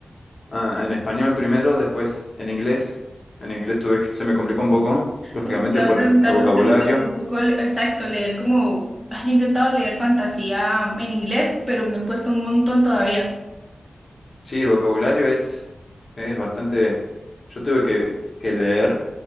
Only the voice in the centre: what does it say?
Eso te iba
a preguntar,
no sé, te interrumpo un poco, le- exacto, leer como... ah, Yo he intentado leer fantasía en inglés, pero me he puesto un montón todavía.